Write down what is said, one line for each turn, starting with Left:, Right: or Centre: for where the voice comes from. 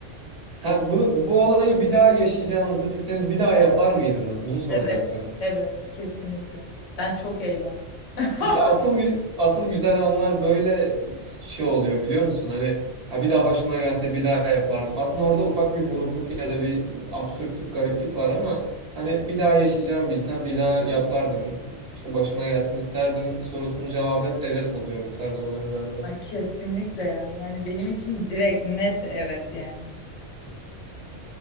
Right: Ha bunu bu olayı bir daha yaşayacağınızı bilseniz bir daha yapar mıydınız? Bunu soracaktım.
Left: Evet. Evet kesinlikle. Ben çok eğlendim. <laughs>
Right: İşte asıl gü- asıl güzel anlar böyle şey oluyor biliyor musun? Hani ha bir daha başıma gelse bir daha yapardım. Aslında orada ufak bir burukluk ya da bir absürtlük, gariplik var ama hani bir daha yaşayacağım bilsem bir daha yapardım. İşte başıma gelsin isterdim sorusunun cevabı hep evet oluyor bu tarz olaylarda.
Left: Ay, kesinlikle ya. Yani benim için direkt net evet yani.